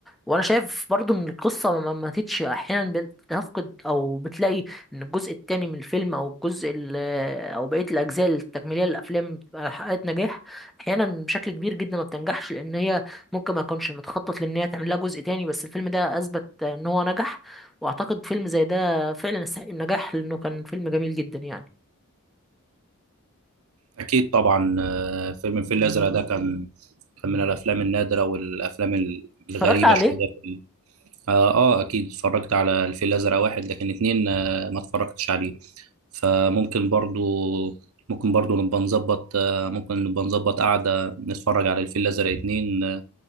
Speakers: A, in the centre; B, on the right.
A: وانا شايف برضو ان القصه ما ما ماتتش احيانا بتفقد او بتلاقي ان الجزء التاني من الفيلم او الجزء ال- او بقيه الاجزاء التكميليه للافلام بتبقى حققت نجاح احيانا بشكل كبير جدا ما بتنجحش لان هي ممكن ما يكونش متخطط لان هي تعمل لها جزء تاني بس الفيلم ده اثبت ان هو نجح واعتقد فيلم زي ده فعلا يستحق النجاح لانه كان فيلم جميل جدا يعني
B: أكيد طبعا آه، فيلم الفيل الأزرق ده كان كان من الأفلام النادرة والأفلام ال- الغريبة
A: اتفرجت عليه
B: شوية في ال- آه, آه أكيد اتفرجت على الفيل الأزرق واحد لكن اتنين آه ما اتفرجتش عليه فممكن برضو ممكن برضو نبقى نظبط آه ممكن نبقى نظبط قعدة نتفرج على الفيل الأزرق اتنين آه